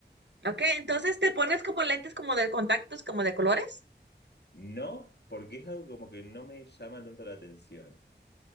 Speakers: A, on the right; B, on the left.
A: ok, entonces te pones como lentes como de contactos, como de colores.
B: No, porque es algo como que no me llama tanto la atención.